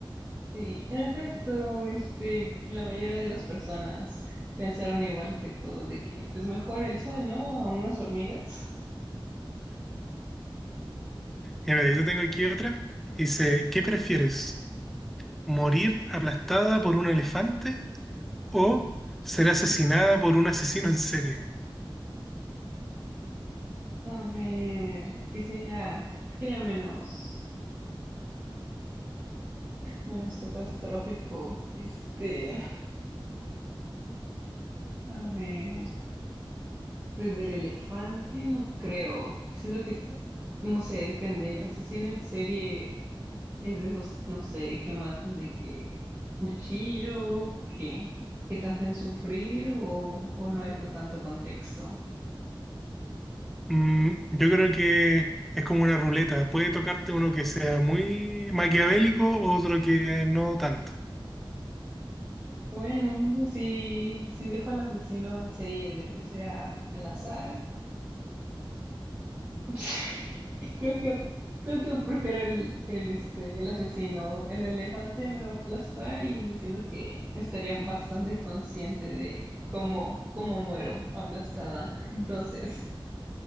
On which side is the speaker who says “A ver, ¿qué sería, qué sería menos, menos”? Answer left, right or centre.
Right